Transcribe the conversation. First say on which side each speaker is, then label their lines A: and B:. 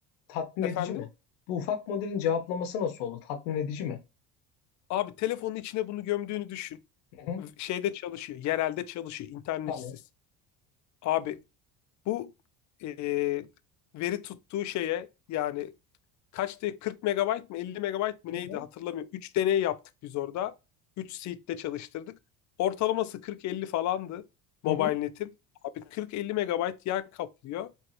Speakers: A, on the left; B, on the left.
A: Tatmin
B: Efendim?
A: edici mi? Bu ufak modelin cevaplaması nasıl oldu? Tatmin edici mi?
B: Abi telefonun içine bunu gömdüğünü düşün.
A: Hı hı,
B: V- Şeyde çalışıyor, yerelde çalışıyor, internetsiz.
A: tamam.
B: Abi bu e, veri tuttuğu şeye yani kaçtı 40 megabayt mı 50 megabayt mı
A: Hı
B: neydi
A: hı,
B: hatırlamıyorum. 3 deney yaptık biz orada. 3 seed'de çalıştırdık. Ortalaması 40-50 falandı MobileNet'in.
A: hı hı.
B: Abi 40-50 megabayt yer kaplıyor.